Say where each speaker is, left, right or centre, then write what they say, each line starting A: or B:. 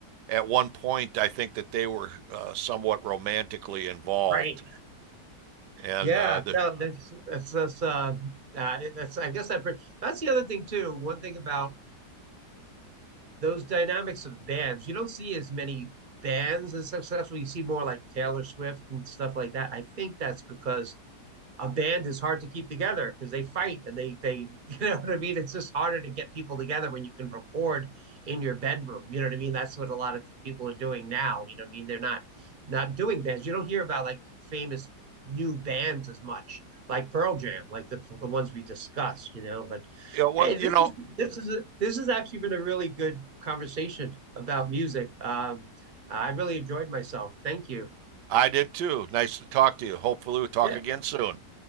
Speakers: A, on the right; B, on the right.
A: at one point I think that they were uh, somewhat romantically involved,
B: right.
A: and
B: Yeah,
A: uh, the
B: no, that's that's that's uh, uh, that's I guess that br- that's the other thing too. One thing about those dynamics of bands, you don't see as many bands as successful. You see more like Taylor Swift and stuff like that. I think that's because a band is hard to keep together because they fight and they they <laughs> you know what I mean. It's just harder to get people together when you can record in your bedroom. You know what I mean. That's what a lot of people are doing now. You know what I mean. They're not not doing bands. You don't hear about like famous new bands as much like Pearl Jam, like the the ones we discussed. You know, but
A: you know, well,
B: hey, this
A: you know
B: is this is a, this has actually been a really good conversation about music. Um, I really enjoyed myself. Thank you.
A: I did too. Nice to talk to you. Hopefully we'll talk
B: Yeah.
A: again soon.